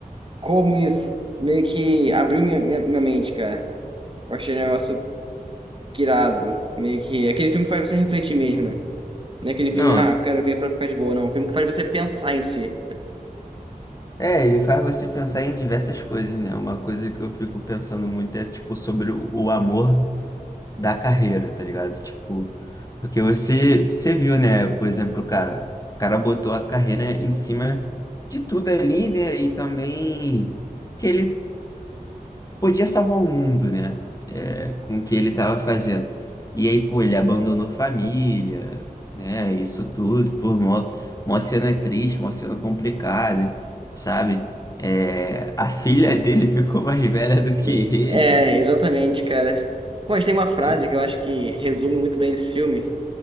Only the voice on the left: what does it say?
Não.
É, ele faz você pensar em diversas coisas, né? Uma coisa que eu fico pensando muito é, tipo, sobre o o amor da carreira, tá ligado? Tipo, porque você, você viu, né? Por exemplo, o cara, o cara botou a carreira em cima de tudo ali, né? E também que ele podia salvar o mundo, né? É, com o que ele tava fazendo. E aí, pô, ele abandonou família, né? Isso tudo, por mó, mó cena triste, mó cena complicada, sabe? É, a filha dele <laughs> ficou mais velha do que
ele.
Tipo,